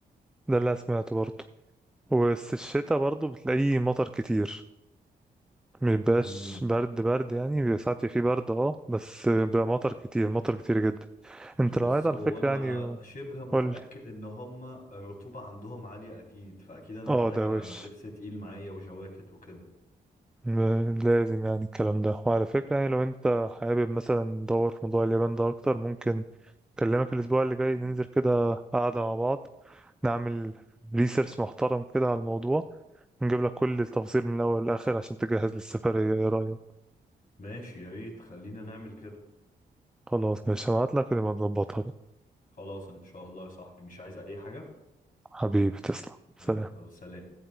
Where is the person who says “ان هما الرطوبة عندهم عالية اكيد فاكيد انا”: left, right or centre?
Left